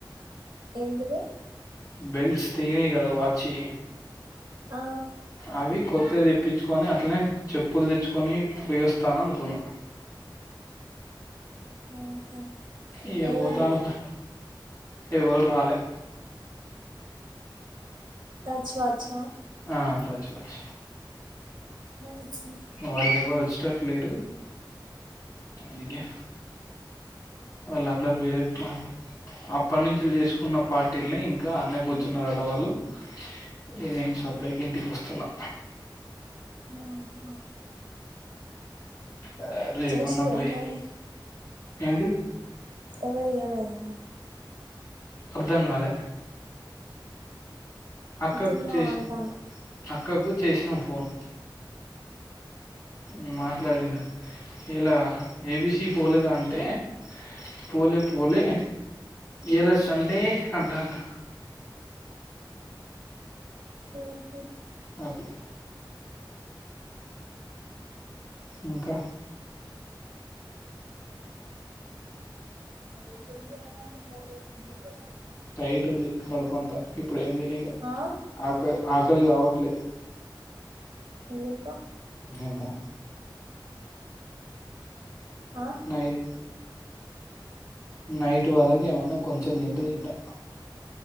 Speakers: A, on the right; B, on the left.
A: ఎంటిది
B: బెల్ట్స్ తెగినయి కదా వాచ్ యి
A: ఆ
B: అవి కొత్తవి తెప్పించుకొని అట్లనే చెప్పులు తెచ్చుకొని పోయొస్తాననుకున్నా
A: ఉహు
B: ఇగ
A: ఏది
B: పోతా అనుకున్నా ఎవ్వల్రాలే
A: టచ్ వాచా
B: ఆ పచ్ వచ్చ
A: ఉహు
B: వాళ్ళు ఎవ్వరు వచ్చేటట్ లేరు అందుకే వాళ్ళ అందర్ వేరే పన్ అప్పట్నుంచి చేసుకున్న పార్టీల్నే ఇంకా అన్నే కూర్చున్న అటవాళ్ళు ఇగ నేన సప్పుడెక ఇంటికి వస్తున్నా
A: అ హా
B: అ రే
A: చేసిల్లా
B: పన్న పోయి
A: మరి
B: ఏంటి
A: ఎవరియ్యలేదా
B: అర్ధంకాలే అక్కకు
A: తిన్నావా
B: చేస్
A: అంటానా
B: అక్కకు చేసినం ఫోన్ ఉ అట్లాదండి ఇలా ఏబిసీ పోలేదా అంటే పోలే పోలే ఇలా సండే అంటాండు
A: ఉహూ
B: అట్ల ఇంకా
A: <inaudible>
B: టైట్ ఉంది కడుపు అంతా ఇప్పుడు ఏం తినఇగ
A: ఆ
B: ఆకల్ ఆకలి కావట్లేదు
A: ఎందుకు
B: యమ్మో
A: ఆ
B: నైట్ నైట్ వరకు ఏమన్నా కొంచెం తింటే తింటా